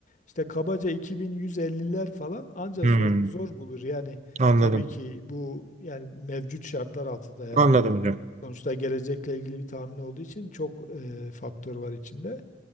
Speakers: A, on the left; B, on the right.
A: İşte kabaca 2150'ler falan anca
B: hmm,
A: zor zor bulur. Yani
B: anladım.
A: tabii ki bu yani mevcut şartlar altında yani
B: Anladım
A: bu
B: hocam.
A: sonuçta gelecekle ilgili bir tahmin olduğu için çok e, faktör var içinde.